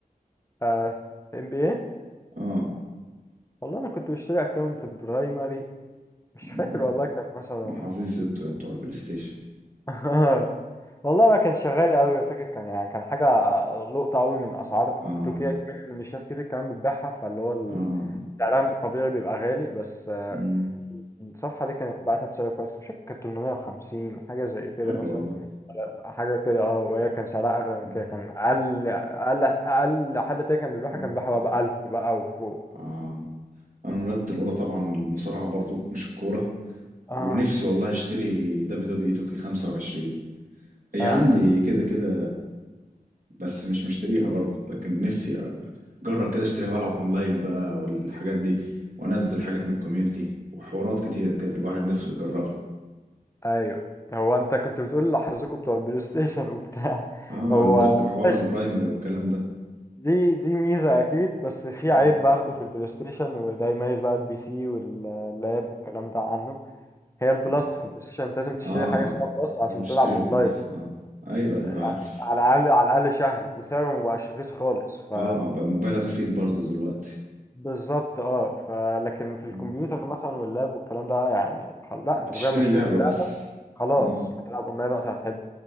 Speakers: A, on the left (about 20°); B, on the right (about 60°).
A: آه، ام بي اي
B: آه،
A: والله انا كنت بشتري اكونت برايمري مش فاكر
B: إمم.
A: والله كان مثلا
B: محظوظ أنتم بتوع البلاي ستيشن.
A: <laughs> والله ما كان شغال قوي فاكر كان يعني كان حاجه لقطه قوي من اسعار
B: آه،
A: تركيا كمان ان مش ناس كتير كمان بتبيعها فاللي هو ال-
B: آه،
A: سعرها الطبيعي بيبقى غالي بس آه،
B: إمم.
A: الصفحه دي كانت بعتها بسعر كويس مش فاكر كانت 850 حاجه زي كده
B: حلو
A: مثلا
B: والله.
A: حاجة كده اه وهي كان سعرها أغلى من
B: إمم،
A: كده كان أقل أقل أقل حد تاني كان بيبيعها
B: آه،
A: كان بيبيعها بقى بألف بقى وفوق
B: آه. أنا رياضتي الأولى طبعًا المصارعة برضه مش الكورة،
A: اه
B: ونفسي والله أشتري WWE 2K25. هي
A: اه
B: عندي كده كده بس مش مشتريها برضو لكن نفسي اجرب كده اشتريها والعب اونلاين بقى والحاجات دي وانزل حاجات من الكوميونتي وحوارات كتيرة كده الواحد نفسه يجربها
A: أيوه هو أنت كنت بتقول لحظكوا بتوع البلاي ستيشن وبتاع <laughs>
B: اه
A: هو
B: عندكم حوار
A: ماشي،
B: البرايمري والكلام ده
A: دي دي ميزة أكيد بس في
B: مم.
A: عيب برضه في البلاي ستيشن وده يميز بقى البي سي واللاب والكلام ده عنه هي البلس
B: اه
A: في البلاي ستيشن أنت لازم تشتري
B: اه
A: حاجة اسمها
B: آه.
A: بلس عشان
B: مشتري
A: تلعب
B: البلس
A: أونلاين
B: اه ايوه ايوه
A: يعني
B: عارف
A: على الأقل على الأقل شهري وسعره مبقاش رخيص خالص ف
B: اه بقى مبالغ فيه برضو دلوقتي
A: بالظبط اه فلكن في
B: مم.
A: الكمبيوتر مثلا واللاب والكلام ده يعني خل... لا انت
B: بتشتري
A: مجرد ما اشتريت
B: اللعبة
A: اللاب
B: بس
A: خلاص
B: اه
A: هتلعب اونلاين وقت ما تحب